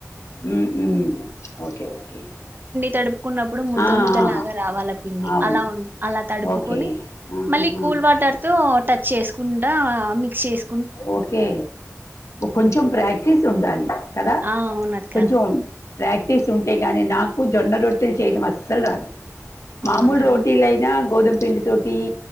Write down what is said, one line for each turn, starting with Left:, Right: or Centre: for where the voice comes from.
Left: హ్ హ్ ఓకే ఓకే
Right: తడుపూ కున్నప్పుడు ముద్ద
Left: ఆ!
Right: ముద్దలాగా
Left: ఆ!
Right: రావాల పిండి
Left: అవును.
Right: అలా ఉ అలా తడుపుకొని
Left: ఓకే. ఆహాహా!
Right: మళ్ళీ కూల్ వాటర్ తో టచ్ చేసుకో కుండా మిక్స్ చేసు
Left: ఓకే కొంచెం ప్రాక్టీస్ ఉండాలి కదా
Right: ఆ అవునక్క
Left: కొంచెం ప్రాక్టీస్ ఉంటే గాని నాకు జొన్న రొట్టెలు చేయడం అస్సలు రాదు మామూలు
Right: అవునా
Left: రోటీలైనా గోధుమ పిండి తోటి